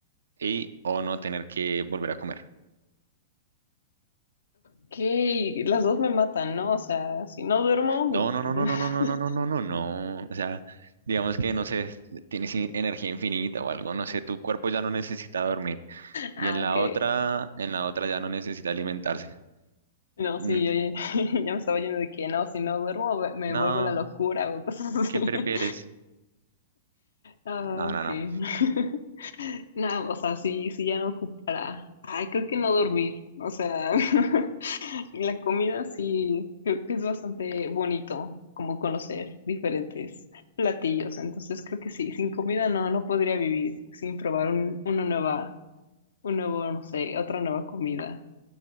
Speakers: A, on the right (about 75°); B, on the left (about 70°).
A: y o no tener que volver a comer?
B: Ok, las dos me matan, ¿no? O sea, si no duermo,
A: No, no,
B: <laughs>
A: no, no, no, no, no, no, no, no, no, no. O sea, digamos que, no sé, tienes in- energía infinita o algo, no sé, tu cuerpo ya no necesita dormir.
B: ah,
A: Y en
B: ok.
A: la otra, en la otra ya no necesita alimentarse.
B: No, sí,
A: Mm,
B: yo ya, <laughs> ya me estaba yendo de que no, si no duermo ve- me
A: No,
B: vuelvo la locura o cosas así.
A: ¿qué
B: <laughs>
A: prefieres?
B: Ah,
A: No, no,
B: ok.
A: no.
B: <laughs> No, o sea, sí, sí ya no ocupará. Ay, creo que no dormir. O sea, <laughs> la comida sí, creo que es bastante bonito como conocer diferentes platillos. Entonces creo que sí, sin comida no, no podría vivir, sin probar un- una nueva, un nuevo, no sé, otra nueva comida.